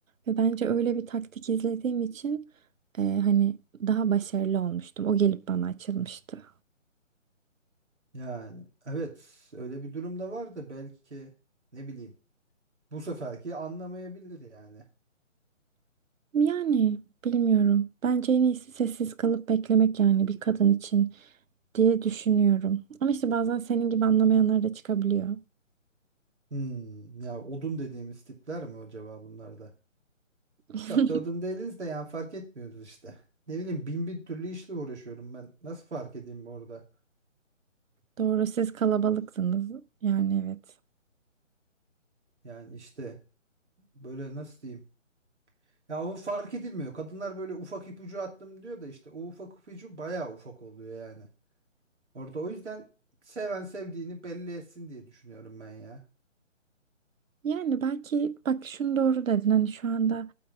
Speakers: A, on the right; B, on the right.
A: Ve bence öyle bir taktik izlediğim için e, hani daha başarılı olmuştum. O gelip bana açılmıştı.
B: Yani evet öyle bir durumda vardı belki ne bileyim. Bu seferki anlamayabilir yani.
A: Yani bilmiyorum. Bence en iyisi sessiz kalıp beklemek yani bir kadın için. diye düşünüyorum. Ama işte bazen senin gibi anlamayanlar da çıkabiliyor.
B: Hmm, ya odun dediğimiz tipler mi acaba bunlar da?
A: <laughs>
B: Çok da odun değiliz de yani fark etmiyoruz işte. Ne bileyim bin bir türlü işle uğraşıyorum ben. Nasıl fark edeyim orada?
A: Doğru siz kalabalıksınız. Yani evet.
B: Yani işte böyle nasıl diyeyim? Ya o fark edilmiyor. Kadınlar böyle ufak ipucu attım diyor da işte o ufak ipucu bayağı ufak oluyor yani. Orada o yüzden seven sevdiğini belli etsin diye düşünüyorum ben ya.
A: Yani belki bak şunu doğru dedin. Hani şu anda